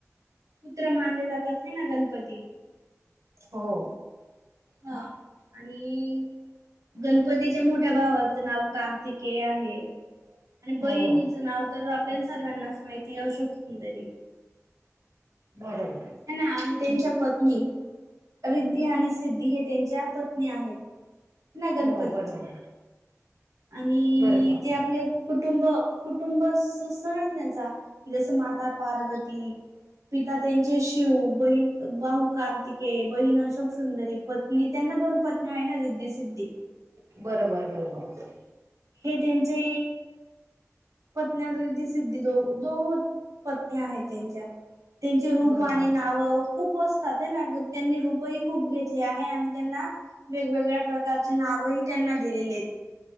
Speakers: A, on the right (about 80°); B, on the right (about 60°).
A: पुत्र मानले जातात. हे ना गणपती
B: हो!
A: हा आणि गणपतीच्या मोठ्या भावाचं नाव का आहे आणि
B: हो
A: बहिणीच नाव तर आपल्या सर्वांनाच माहिती आहे अशोक सुंदरी,
B: बरोबर.
A: ह ना आणि त्यांच्या पत्नी रिद्धी आणि सिद्धी हे त्यांच्या पत्नी आहेत. नाही गणपतीच्या
B: हो बरोबर
A: आणि
B: बरोबर
A: ते आपले कुटुंब कुटुंब सण त्यांचा की जसं माता पार्वती पिता त्यांचे शिव बहीण बाहू कार्तिक बहीण अशोक सुंदरी पत्नी त्यांना दोन पत्नी आहे ना रिद्धी सिद्दी,
B: बरोबर! बरोबर!
A: हे त्यांचे पत्न <unintelligible> दिस दो दोघ पत्नी आहेत त्यांच्या त्यांचे रूप
B: बरोबर
A: आणि नाव खूप असतात आहे ना! त्यांनी रूपही खूप घेतले आहे आणि त्यांना वेगवेगळ्या प्रकारचे नावही त्यांना दिलेले आहेत.